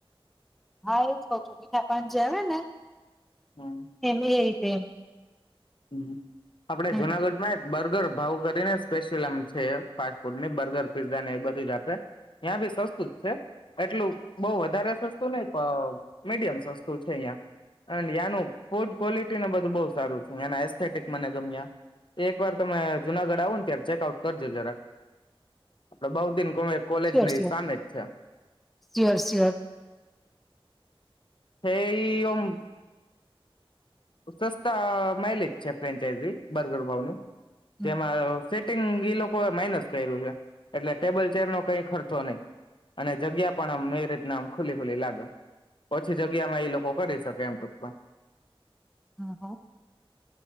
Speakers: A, in the centre; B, on the left.
A: હા એજ કહું છું મીઠા પાન જે આવે ને
B: હમ
A: એમ એ રીતે એમ
B: હમ આપડે
A: હમ
B: જુનાગઢ માં બર્ગર ભાવ કરીને સ્પેશિયલ આમ છે ફાસ્ટ ફૂડને બર્ગર પીઝા ને એ બધું જ આપે ત્યાં બી સસ્તું જ છે એટલું બહ વધારે સસ્તું નહ મીડિયમ સસ્તું છે અં અને એનું ફૂડ ક્વોલિટીને બધું બઉ સારું છે એના એસ્થેટિક મને ગમ્યા એક વાર તમે જુનાગઢ આવો ને ત્યારે ચેક આઉટ કરજો જરાક આપડે બઉ દિન ગમે કોલેજની
A: સ્યોર સ્યોર
B: સામે જ
A: સ્યોર સ્યોર
B: છે એમ સસ્તા માઇલેજ છે ફ્રેન્ચાઈઝ બર્ગર ભાવ ની તેમાં
A: હમ
B: સીટિંગ ઈ લોકો એ માઇનસ કર્યું છે એટલે ટેબલ ચેર નો કઈ ખર્ચો નઈ અને જગ્યા પણ આમ એ રીતના આમ ખુલી ખુલી લાગે ઓછી જગ્યામાં એ લોકો કરી શકે એમ ટૂક
A: હા હા